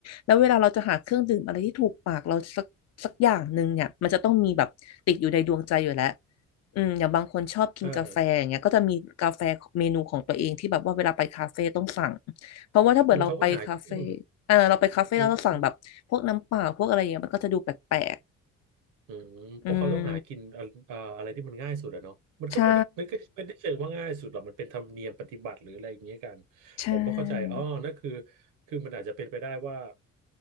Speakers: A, on the left (about 55°); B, on the right (about 80°).
A: แล้วเวลาเราจะหาเครื่องดื่มอะไรที่ถูกปากเราสักสักอย่างหนึ่งเนี่ยมันจะต้องมีแบบติดอยู่ในดวงใจอยู่แล้วอืมอย่างบางคนชอบกินกาแฟอย่างเงี้ยก็จะมีกาแฟเมนูของตัวเองที่แบบว่าเวลาไปคาเฟ่ต้องสั่ง
B: อ่า
A: เพราะว่าถ้าเกิดเราไปคาเฟ่
B: อืมเขาก็หาอืม
A: เออเราไปคาเฟ่แล้วเราสั่งแบบพวกน้ำเปล่าพวกอะไรอย่างเงี้ยมันก็จะดูแปลก
B: อืม อืมเพราะเขาต้องหากินอะอ่าอะไรที่มันง่ายสุดอะเนาะมันก็ไม่ได้มันก็ไม่ได้เชิงว่าง่ายสุดหรอกมันเป็นธรรมเนียมปฏิบัติหรืออะไรอย่างเงี้ยกัน
A: ๆอืมใช่ใช่
B: ผมไม่เข้าใจอ๋อนั่นคือคือมันอาจจะเป็นไปได้ว่า